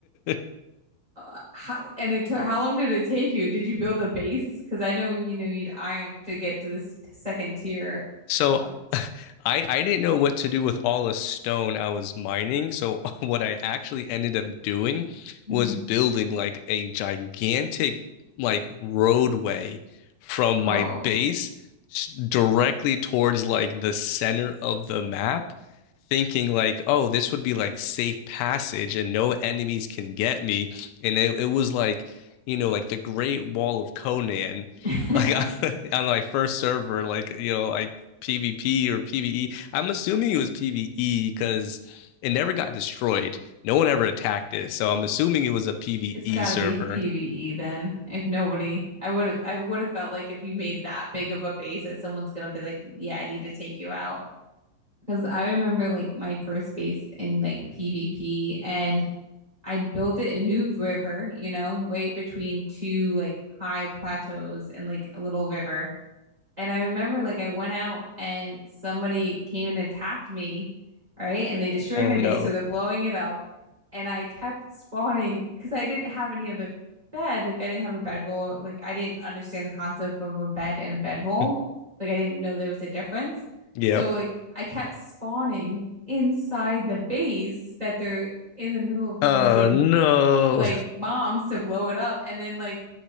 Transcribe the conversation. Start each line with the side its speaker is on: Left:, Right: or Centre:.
Left: <laughs>
Right: Uh, how, and it took how long did it take you? Did you build a base? Because I know you knew you'd iron to get to this second tier.
Left: So
Right: Oh.
Left: <laughs> I I didn't know what to do with all the stone I was mining. So <laughs> what I actually ended up doing
Right: Mhm.
Left: was building like a gigantic like roadway from
Right: Oh.
Left: my base s- directly towards like the center of the map, thinking like, oh, this would be like safe passage and no enemies can get me. And it, it was like, you know, like the Great Wall of Conan
Right: <laughs>
Left: like <laughs> on my first server, like you know, like PvP or PvE. I'm assuming it was PvE because it never got destroyed. No one ever attacked it. So I'm assuming it was a PvE
Right: It's got
Left: server.
Right: to be PvE then. If nobody, I would have, I would have felt like if you made that big of a base that someone's gonna be like, yeah, I need to take you out. Because I remember like my first base in like PvP, and I built it in New River, you know, right between two like high plateaus and like a little river. And I remember like I went out and somebody came and attacked me, right? And they destroyed
Left: Oh
Right: my
Left: no.
Right: base, so they're blowing it up. And I kept spawning because I didn't have any other bed. Like I didn't have a bedroll. Like I didn't understand the concept of a bed and a bedroll.
Left: <laughs>
Right: Like I didn't know there was a difference.
Left: Yep.
Right: So like I kept spawning inside the base that they're in the middle of
Left: Oh
Right: using
Left: no.
Right: like bombs to blow it up. And then like